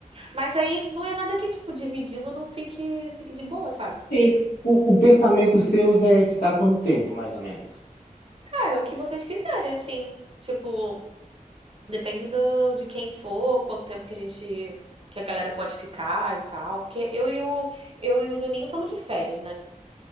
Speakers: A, on the right (about 40°); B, on the left (about 85°).
A: Mas aí não é nada que, tipo, dividindo não fique, fique de boa, sabe?
B: E o, o pensamento seu é ficar quanto tempo, mais ou menos?
A: Cara, o que vocês quiserem, assim. Tipo. Depende do, de quem for, quanto tempo que a gente, que a galera pode ficar e tal. Porque eu e o, eu e o Juninho estamos de férias, né?